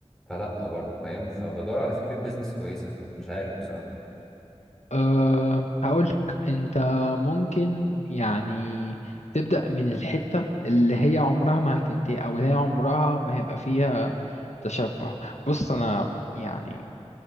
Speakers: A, in the centre; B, on the left.
A: فلا برضو فاهم فبدور على فكره بيزنس كويسه مش عارف بصراحه
B: أه هقولك انت ممكن يعني تبدأ من الحتة اللي هي عمرها ما هتنتهي او اللي هي عمرها ما هيبقى فيها تشبع بص انا يعني